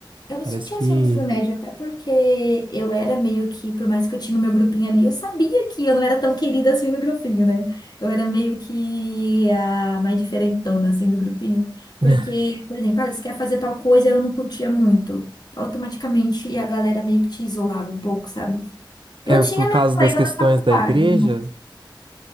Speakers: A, on the left; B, on the right.
A: Eu me
B: Parece
A: sentia
B: que
A: assim no ensino médio, até porque eu era meio que, por mais que eu tinha o meu grupinho ali, eu sabia que eu não era tão querida assim no grupinho, né? Eu era meio que a mais diferentona assim do grupinho.
B: <laughs>
A: Porque, por exemplo, ah, você quer fazer tal coisa, eu não curtia muito. Automaticamente a galera meio que te isolava um pouco, sabe?
B: é
A: Eu tinha
B: por
A: minha
B: causa
A: colega
B: das questões
A: na faculdade,
B: da igreja,
A: né?